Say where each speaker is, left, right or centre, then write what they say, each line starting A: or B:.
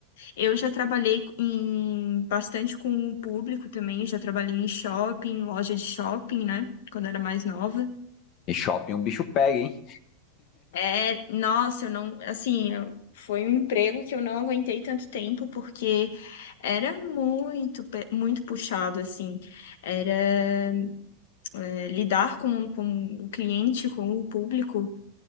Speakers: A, on the left; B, on the left.
A: Eu já trabalhei em, bastante com o público também, já trabalhei em shopping, loja de shopping, né, quando era mais nova.
B: em shopping um bicho pega, hein?
A: É, nossa, eu não, assim, eu- foi um emprego que eu não aguentei tanto tempo porque era muito, pe- muito puxado, assim, era é, lidar com, com o cliente, com o público,